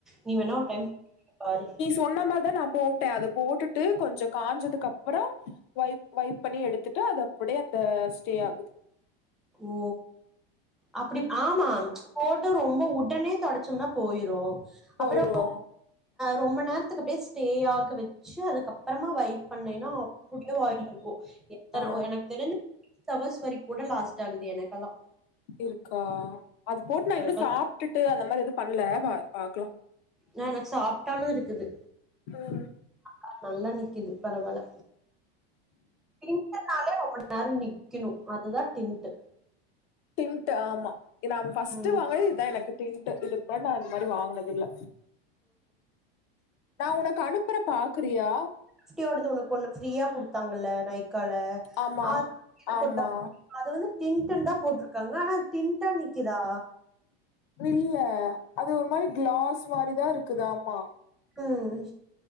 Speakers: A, in the centre; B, on the left.
A: நீ வேணா ஒரு டைம் பாரு
B: சொன்னமார்தா நா போட்ட அது போட்டுட்டு கொஞ்சோ காஞ்சதுக்கு அப்பறோ வைப் வைப் பண்ணி எடுத்துட்டு அது அப்டியே அந்த ஸ்டே ஆகுது
A: ஓ அபபடி ஆமா போட்டு ரொம்போ உடனே தொடைச்சம்னா போயிரு
B: போயிரு
A: அப்புறோ ரொம்ப நேரத்துக்கு அப்டியே ஸ்டே ஆக வெச்சு அதுக்கப்பறமா வைப் பண்ணேன்னா அப்டியே வாய்லருக்கு எத்தன
B: ஆ
A: எனக்கு தெரிஞ்சி சிக்ஸ் ஹவர்ஸ் வரிக் கூட லாஸ் ஆகுது எனக்கெல்லா
B: இருக்கா அது போட்டு நா
A: எனக்கெல்லா
B: இன்னு சாப்ட்டுட்டு அந்த மாரி எது பண்ல பாக்கலா
A: நா எனக்கு சாப்ட்டாலு இருக்குது
B: ம் ம்
A: அநல்லா நிக்குது பரவால்ல பிங்க்னாலே ரொம்ப நேரோ நிக் கிணு அதுதா டின்டு
B: டின்ட்டு ஆமா இத் நா ஃபஸ்ட்டு
A: ம்
B: வாங்குனது இதா எனக்கு டின்ட்டு இதுக் முன்னாடி நா இந்த மாரி வாங்கினது இல்ல நா உனக் அனுப் ப்ற பாக்குறியா
A: ஸ்கியோடது உனக்கு ஒண்ணு ஃப்ரீயா குடுத்தாங்கல்ல நைக்கால
B: ஆமா
A: அத் எனக்
B: ஆமா
A: ஒரு டவுட்டு அது வந்து டின்டுன்தா போட்டிருக்காங்க ஆனா அத் டின்டா நிக்கிதா
B: இல்ல அது ஒரு மாரி கிளாஸ் மாரி தா இருக்குதமா
A: ம்